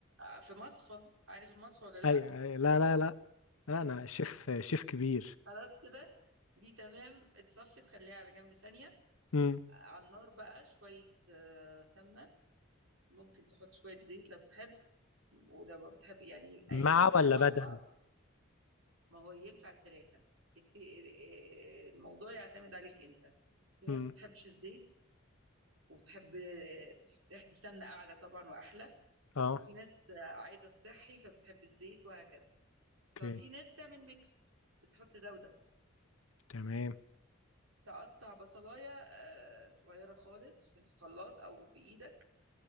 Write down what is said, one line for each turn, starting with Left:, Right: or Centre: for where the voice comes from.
Right: في مصفى عارف المصفى ولا لا
Left: ايوه أيوة. لا لا لا لا انا شيف شيف كبير
Right: خلاص كده دي تمام اتصفت خليها على جنب ثانية
Left: امم
Right: على النار بقى شوية آه، سمنة ممكن تحط شوية زيت لو بتحب ولو ما بتحب يعني
Left: مع
Right: أيهما
Left: ولا
Right: مع
Left: بدل
Right: بعض ما هو ينفع التلاتة الت- آه، الموضوع يعتمد عليك أنت في ناس
Left: امم
Right: بتحبش الزيت وبتحب آه، ريحة السمنة أعلى طبعا وأحلى
Left: اه
Right: وفي ناس آه، عايزة الصحي فبتحب الزيت وهكذا
Left: اوكي
Right: ففي ناس تعمل ميكس بتحط ده وده
Left: تمام
Right: تقطع بصلاية آه، صغيرة خالص في الخلاط أو بإيدك